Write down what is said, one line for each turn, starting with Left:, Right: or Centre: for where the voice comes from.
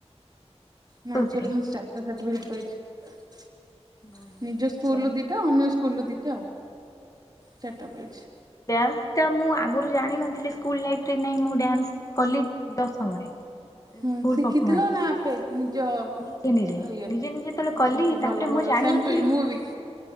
Right: ନାଚରେ
Left: କୋଉଥିରେ
Right: ମୁଁ ଚାରଟା ସାର୍ଟିଫିକେଟ ପାଇଚି।
Left: ବହୁତ ବଢିଆ
Right: ନିଜ ସ୍କୁଲ
Left: ଡ୍ୟାନ୍ସ
Right: ରୁ ଦିଟା ଅନ୍ୟ ସ୍କୁଲ ରୁ ଦିଟା ଆଉ। ଚାରିଟା ପାଇଛି।
Left: ଡ୍ୟାନ୍ସ। ତା ମୁଁ ଆଗରୁ ଜାଣିିନଥିଲି ସ୍କୁଲ ଲାଇଫ୍ ରେ ନାହିଁ ମୁଁ ଡ୍ୟାନ୍ସ କଲି ଦଶମରେ।
Right: ହୁଁ
Left: ସ୍କୁଲ
Right: ଶିଖିଥିଲ
Left: ପରଫମାନ୍ସ
Right: ନା ଆପେ ନିଜ ଅଁ
Left: ନିଜେ ନିଜେ
Right: ଇଏ
Left: ନିଜେ
Right: ର
Left: ନିଜେ ଯେତେବେଳେ
Right: ଆଚ୍ଛା
Left: କଲି
Right: ଆଚ୍ଛା
Left: ତାପରେ
Right: ଭଲ।
Left: ମୁଁ
Right: ଭଲ
Left: ଜାଣିନଥିଲି
Right: ସେମ୍ ଟୁ ୟୁ ମୁଁ ବି।